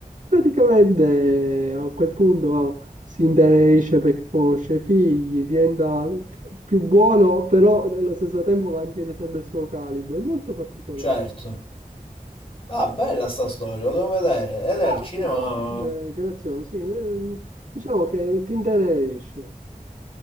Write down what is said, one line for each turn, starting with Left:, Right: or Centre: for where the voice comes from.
Right: Praticamente a quel punto oh, si intenerisce perché conosce i figli, diventa più buono, però nello stesso tempo mantiene sempre il suo calibro. È molto particolare.
Left: Certo. Ah, bella sta storia, lo devo vedere. Ed è
Right: No,
Left: al cinema...
Right: sì, è un film eh, grazioso, sì. eh, Diciamo che ti intenerisce.